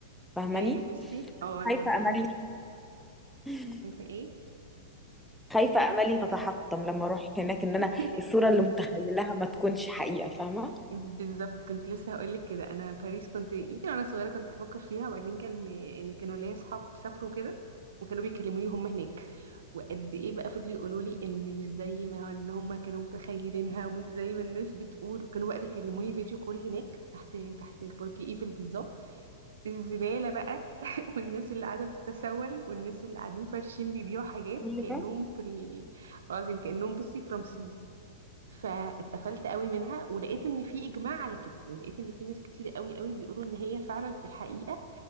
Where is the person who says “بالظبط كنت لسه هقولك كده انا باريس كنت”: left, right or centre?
Right